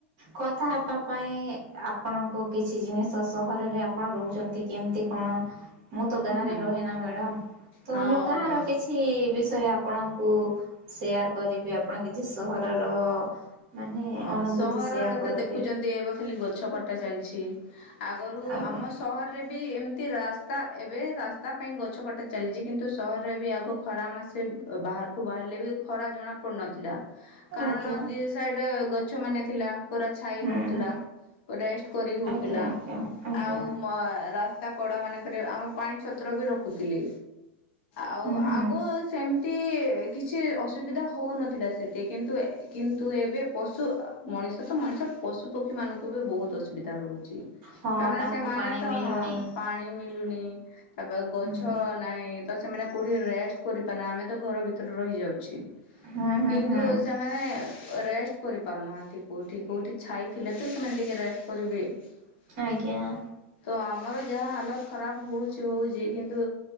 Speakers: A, on the right (about 40°); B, on the left (about 55°).
A: କଥା ହେବା ପାଇଁ ଆପଣଙ୍କୁ କିଛି ଜିନିଷ ସହରରେ ଆପଣ ରହୁ ଛନ୍ତି କେମତି କଣ ମୁଁ ତ
B: ହଁ
A: ଗାଁରେ ରହେ ନା ମ୍ୟାଡମ୍ ତ
B: ହଁ
A: ମୁଁ ଗାଁର
B: ହୋ
A: କିଛି ବି ଆପଣଙ୍କୁ ସେୟାର କରିବି। ଆପଣ କିଛି ସହରର ମାନେ
B: ହଁ
A: ଅନୁଭୂତି
B: ସହରରେ
A: ସେୟାର କରିବେ
B: ତ ଦେଖୁଛନ୍ତି ଏବେ ଖାଲି ଗଛ କଟା ଚାଲିଛି। ଆଗରୁ
A: ଆଜ୍ଞା
B: ଆମ ସହରରେ ବି ବି ଏମିତି ରାସ୍ତା ଏବେ ରାସ୍ତା ପାଇଁ ଗଛ କଟା ଚାଲିଛି କିନ୍ତୁ ସହରରେ ଏ ବି ଆଗ ଖରା ମାସେ ବାହାରକୁ ବାହାରିଲେ ବି ଖରା ଜଣାପଡ଼ୁନଥିଲା। କାରଣ
A: ଆଜ୍ଞା
B: ଦି ସାଇଡ କେତେ ଗଛ ମାନେ ଥିଲା। ପୁରା ଛାଇ
A: ହୁଁ
B: ରହୁଥିଲା ରେଷ୍ଟ କରି ହେଉଥିଲା
A: ଆଜ୍ଞା ଆଜ୍ଞା ଆଜ୍ଞା
B: ଆଉ ମ ରାସ୍ତା ତା କଡ ମାନଙ୍କରେ ଆମେ ପାଣି ଛତ୍ର ବି ରଖୁଥିଲେ। ଆଉ
A: ହୁଁ ହୁଁ
B: ଆଗ ସେମ କିଛି ଅସୁବିଧା ହଉନଥିଲା ସେତେ କିନ୍ତୁ କିନ୍ତୁ ଏବେ ଟିକ୍ ପଶୁ ମଣିଷ ତ ମଣିଷ ପଶୁ ପକ୍ଷୀ ମାନଙ୍କୁ ବି ବହୁତ ଅସୁବିଧା ରହୁଛି।
A: ହଁ
B: କାରଣ
A: ତାଙ୍କୁ
B: ସେମାନେ
A: ପାଣି
B: ତ
A: ମିଳୁନି
B: ହଁ ପାଣି ମି ମିଲୁଣି ତା <unintelligible> ଗଛ
A: ହୁଁ
B: ନାହିଁ। ତ ସେମାନେ କେଉଁଠି ରେଷ୍ଟ କରିପାରୁନା ଆମେ ତ ଘର ଭିତରେ ରହିଯାଉଛେ।
A: ହୁଁ ହୁଁ
B: କିନ୍ତୁ
A: ହୁଁ
B: ସେମାନେ ରେଷ୍ଟ କରିପାରୁନାହାନ୍ତି କୋଉଠି କୋଉଠି ଛାଇଥିଲେ ତ ସେମାନେ ଟିକେ ରେଷ୍ଟ କରିବେ ତ
A: ଆଜ୍ଞା
B: ଆମ ଆମର ଯାହା ହାଲତ ଖରାପ ହଉଛି ହଉଛି କିନ୍ତୁ